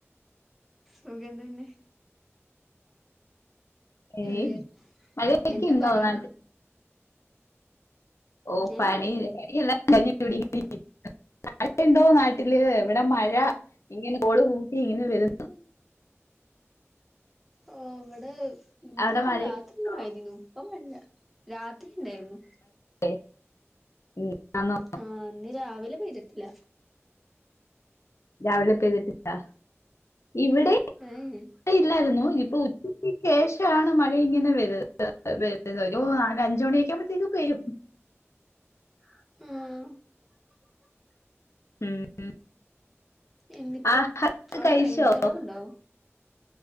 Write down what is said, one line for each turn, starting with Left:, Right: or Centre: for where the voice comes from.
Centre: സുഖം തന്നെ
Left: ഏയ്
Centre: ഏഹ്
Left: മഴയൊക്കെയുണ്ടോ
Centre: എന്താ പണി
Left: നാട്ടി ഓഹ്
Centre: ഏഹ്
Left: പണി എല്ലാം കയിഞ്ഞ് ഇപ്പ ഇവിടെ ഇരിക്കാ മഴ ഉണ്ടോ നാട്ടില് ഇവിടെ മഴ ഇങ്ങനെ കോള് കൂട്ടി ഇങ്ങനെ വരു
Centre: ഉം ഓഹ് ഇവിടെ ഇന്നലെ
Left: അവിടെ മഴയൊക്കെ
Centre: രാത്രി
Left: ഉണ്ടോ?
Centre: മഴയ്തിന്നു ഇപ്പ മഴല്ല രാത്രി ഇണ്ടായിരുന്നു
Left: ടേ ഉം ആന്നോ?
Centre: ആഹ് ഇന്ന് രാവിലെ പെയ്തിട്ടില്ല
Left: രാവിലെ പെയ്തിട്ടില്ലാ ഇവിടെ
Centre: ഏഹേ
Left: ഇല്ലാരുന്നു ഇപ്പ ഉച്ചക്ക് ശേഷാണ് മഴ ഇങ്ങനെ വ വരുന്നത് ഒരു നാലഞ്ച് മണിയൊക്കെ ആവുമ്പ ത്തിനും പെഴും
Centre: മ്
Left: ഉം
Centre: എന്നിട്ട്
Left: ആ <unintelligible>
Centre: അവിടെ
Left: കഴിച്ചോ
Centre: റേഞ്ച് കുറവുണ്ടോ